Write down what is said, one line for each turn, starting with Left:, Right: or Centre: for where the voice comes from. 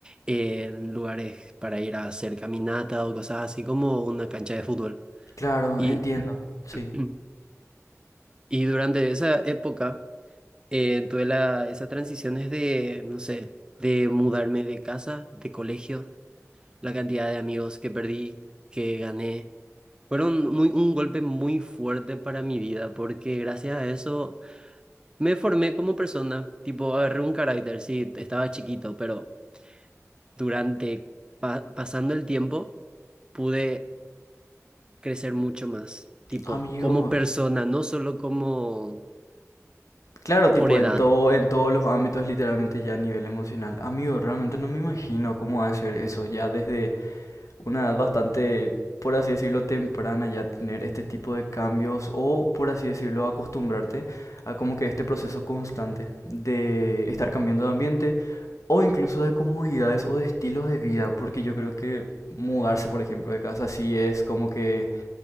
Right: en lugares para ir a hacer caminata o cosas así como una cancha de fútbol.
Left: claro,
Right: Y,
Left: entiendo. Sí.
Right: <clears throat> y durante esa época eh, tuve la, esas transiciones de, no sé, de mudarme de casa, de colegio, la cantidad de amigos que perdí, que gané. Fueron muy, un golpe muy fuerte para mi vida porque gracias a eso me formé como persona, tipo agarré un carácter, sí, estaba chiquito, pero durante, pa- pasando el tiempo pude crecer mucho más, tipo,
Left: Amigo,
Right: como persona, no solo como
Left: Claro, tipo
Right: por edad,
Left: en todo, en todos los ámbitos, literalmente ya a nivel emocional. Amigo, realmente no me imagino cómo hacer eso, ya desde una edad bastante, por así decirlo, temprana, ya tener este tipo de cambios o, por así decirlo, acostumbrarte a como que este proceso constante de estar cambiando de ambiente o incluso de comodidades o de estilos de vida, porque yo creo que mudarse, por ejemplo, de casa sí es como que